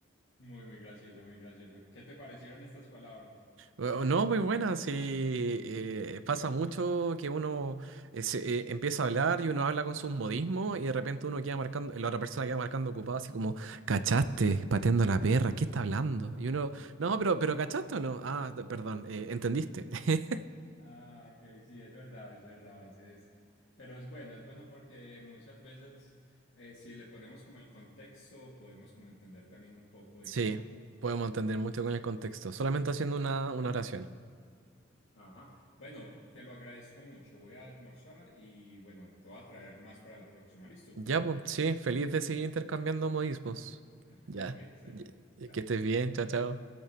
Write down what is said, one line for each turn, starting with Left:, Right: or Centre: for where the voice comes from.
Left: Muy, muy gracioso, muy gracioso. ¿Qué te parecieron estas palabras?
Right: Eh, No, muy buena, sí, eh, pasa mucho que uno eh, se- eh, empieza a hablar y uno habla con sus modismos y de repente uno queda marcando, la otra persona queda marcando ocupada así como, ¿cachaste? Pateando la perra, ¿qué está hablando? Y uno, no, pero, pero ¿cachaste o no? Ah, t- perdón, eh, ¿entendiste? <laughs>
Left: Ah, ok, sí, es verdad, es verdad, a veces, pero es bueno, es bueno porque muchas veces eh, si le ponemos como el contexto, podemos como entender también un poco de
Right: Sí,
Left: qué va.
Right: podemos entender mucho con el contexto, solamente haciendo una, una oración.
Left: Ajá. Bueno, te lo agradezco mucho, voy a almorzar y bueno, te voy a traer más para la próxima, ¿listo?
Right: Ya, pues, sí, feliz de seguir intercambiando modismos.
Left: <laughs>
Right: Ya,
Left: Excelente,
Right: ya,
Left: chao.
Right: que estés bien, chao, chao.